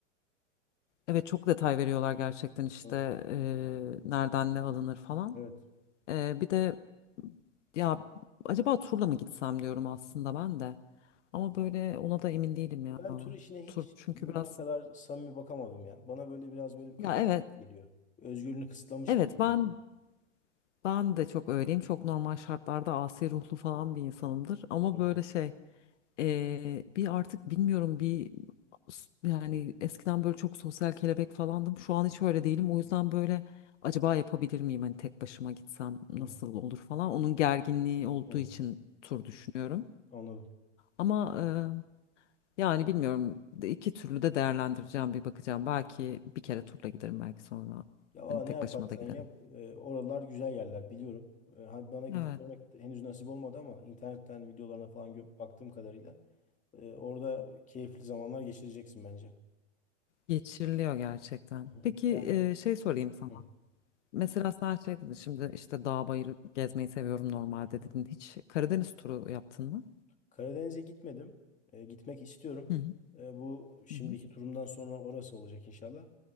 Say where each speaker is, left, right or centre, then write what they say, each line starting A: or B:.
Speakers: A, on the left; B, on the left.
A: evet çok detay veriyorlar gerçekten işte
B: Evet.
A: eee, nereden ne alınır falan.
B: Evet.
A: Eee, bir de ya acaba turla mı gitsem diyorum aslında ben de. Ama böyle ona da emin değilim ya.
B: Ben tur işine
A: Tur
B: hiç
A: çünkü
B: bugüne
A: biraz
B: kadar samimi bakamadım ya. Bana böyle biraz böyle bir kafes
A: ya evet
B: geliyor. Özgürlüğünü kısıtlamış
A: Evet
B: gibi geliyor.
A: ben ben de çok öyleyim. Çok normal şartlarda asi ruhlu falan bir insanımdır. Ama
B: Evet.
A: böyle şey eee, bir artık bilmiyorum bir s- yani eskiden böyle çok sosyal kelebek falandım. Şu an hiç öyle değilim. O yüzden böyle acaba yapabilir miyim? Hani tek başıma gitsem nasıl
B: Hı hı.
A: olur falan. Onun gerginliği olduğu
B: Hı.
A: için tur düşünüyorum.
B: Anladım.
A: Ama eee, yani bilmiyorum de- iki türlü de değerlendireceğim bir bakacağım. Belki bir kere turla giderim belki sonra
B: Ya valla
A: hani
B: ne
A: tek
B: yaparsan
A: başıma da giderim.
B: yap e, oralar güzel yerler biliyorum. E, hani bana gidip
A: Evet.
B: görmek henüz nasip olmadı ama internetten videolarına falan gö- baktığım kadarıyla e, orada keyifli zamanlar geçireceksin bence.
A: Geçiriliyor gerçekten.
B: Hı hı.
A: Peki
B: Yani
A: e, şey sorayım sana.
B: hı
A: Mesela sen şey dedin şimdi işte dağ bayır gezmeyi seviyorum normalde
B: hı.
A: dedin. Hiç Karadeniz turu yaptın mı?
B: Karadeniz'e gitmedim. E, gitmek istiyorum.
A: Hı hı,
B: E, bu şimdiki
A: hı hı,
B: turumdan sonra orası olacak inşallah.